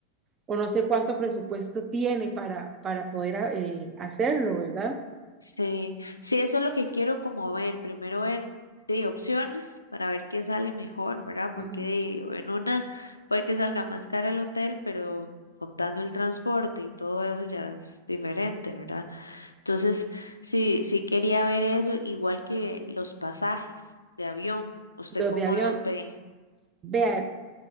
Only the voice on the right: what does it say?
o no sé cuánto presupuesto tiene para, para poder a- eh, hacerlo, ¿verdad?
Ujú.
Los
de avión.
Vea,